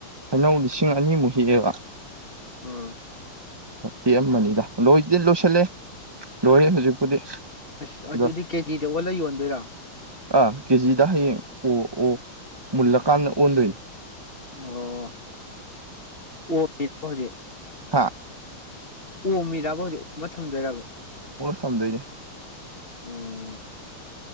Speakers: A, on the right; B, on the left.
A: ꯑꯩꯅꯧ ꯂꯤꯁꯤꯡ ꯑꯅꯤꯃꯨꯛ ꯍꯦꯛꯑꯦꯕ
B: ꯑꯝ
A: ꯐꯤ ꯑꯃꯅꯤꯅꯤꯗ ꯂꯣꯏ ꯂꯣꯏꯁꯤꯜꯂꯦ ꯂꯣꯏꯔꯦ ꯍꯧꯖꯤꯛꯄꯨꯗꯤ
B: ꯑꯁ ꯑꯗꯨꯗꯤ
A: ꯑꯗꯣ
B: ꯀꯦꯖꯤꯗ ꯑꯣꯜꯂ ꯌꯣꯟꯗꯣꯏꯔ
A: ꯑꯥ ꯀꯦꯖꯤꯗ ꯍꯌꯦꯡ ꯑꯣ ꯑꯣ ꯃꯨꯜꯂꯀꯥꯟꯗ ꯑꯣꯟꯗꯣꯏ
B: ꯑꯣ ꯑꯣꯖꯤꯦ
A: ꯍꯥꯥ
B: ꯑꯣꯝꯃꯤꯔꯕ ꯍꯧꯖꯤꯛ ꯑꯣꯝꯃ ꯊꯝꯗꯣꯏꯔꯕ꯭ꯔꯣ
A: ꯁꯝꯗꯣꯏꯅꯦꯦ
B: ꯎꯝ